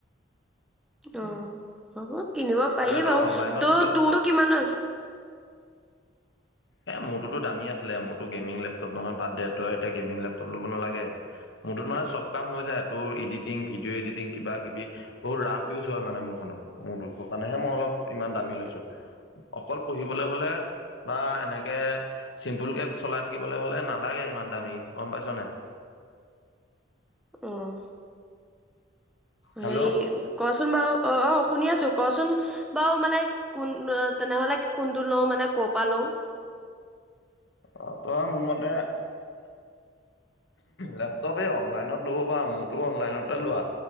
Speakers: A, in the centre; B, on the left.
A: অ' হ'ব কিনিব
B: তাকেতো
A: পাৰি বাৰু,
B: অনলাইনত
A: ত'
B: ল
A: তোৰটো কিমানৰ আছে?
B: এ মোৰটোতো দামী আছিলে, মোৰতো গেমিং লেপটপ নহয়, বাদ দে তই এতিয়া গেমিং লেপটপ ল'ব নালাগে। মোৰটোত মানে চব কাম হৈ যায়। তোৰ ইডিটিং, ভিডিঅ' এডিটিং কিবাকিবি। বহুত ৰাফ ইউজ হয় মানে মোৰখনত, মোৰ দুখৰ কাৰণেহে মই অলপ ইমান দামী লৈছো। অকল পঢ়িবলে হলে, বা এনেকে চিম্পুল কে চলাই থাকিবলে হলে নালাগে ইমান দামী, গম পাইছ নাই?
A: উম'।
B: হেল্ল'
A: হেৰি কচোন বাৰু অ‌, অ। শুনি আছো, কচোন বাৰু মানে কোন তেনেহলে কোনটো লওঁ মানে ক'ৰ পা লওঁ?
B: অ' তই মোৰ মতে লেপটপ। অনলাইনত ল'ব পাৰ, মোৰতো অনলাইনতে লোৱা,